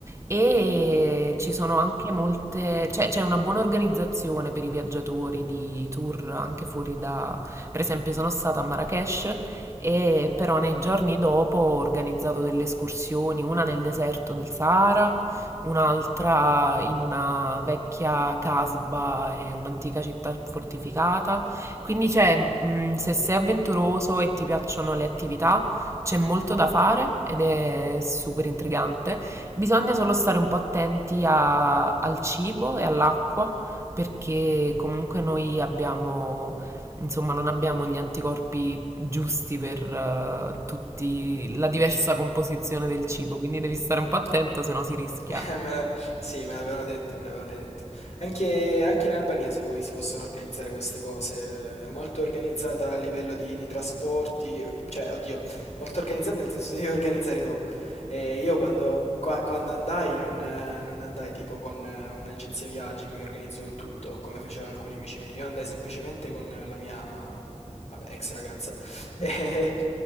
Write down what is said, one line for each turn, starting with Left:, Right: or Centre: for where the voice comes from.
Right: e ci sono anche molte, cioè c'è una buona organizzazione per i viaggiatori di tour anche fuori da, per esempio sono stata a Marrakech e però nei giorni dopo ho organizzato delle escursioni, una nel deserto del Sahara, un'altra in una vecchia casba e un'antica città fortificata. Quindi c'è, mh, se sei avventuroso e ti piacciono le attività, c'è molto da fare ed è super intrigante. Bisogna solo stare un po' attenti a- al cibo e all'acqua perché comunque noi abbiamo, insomma, non abbiamo gli anticorpi giusti per eh, tutti la diversa composizione del cibo, quindi
Left: <laughs>
Right: devi stare un po' attento, se no si rischia.
Left: Eh, Me la- Sì, me l'avevano detto, me l'avevano detto. Anche, anche in Albania, se vuoi, si possono organizzare queste cose. È molto organizzata a livello di, di trasporti, cioè, oddio, molto organizzata nel senso di devi organizzare tu. Eh, io quando, qua- quando andai non, eh, non andai tipo con eh, un'agenzia viaggi che mi organizzò il tutto, come fecero alcuni amici miei. Io andai semplicemente con la mia, vabbè, ex ragazza. <laughs>
Right: Ok,
Left: E,